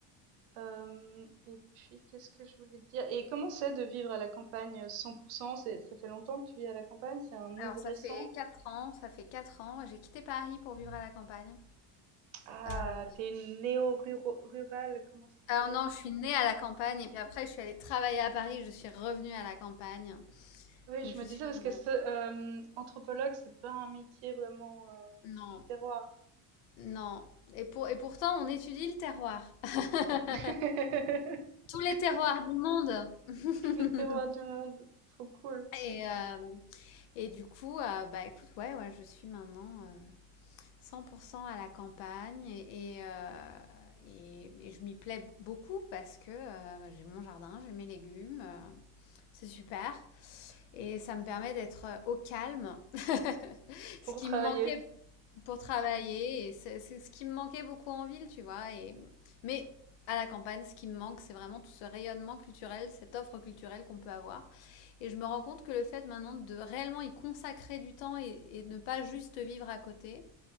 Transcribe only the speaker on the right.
Hem et puis qu'est-ce que je voulais te dire? Et comment c'est de vivre à la campagne, heu, 100 C'est ça fait longtemps que tu vis à la campagne? C'est un move
récent?
Ah,
t'es une néo rurale, comment ça
s'appelle?
Oui,
je
me disais
parce
que ce, hem, anthropologue, c'est pas un métier vraiment, heu,
du terroir.
<laughs>
Le terroir du monde, trop cool.
Pour
travailler.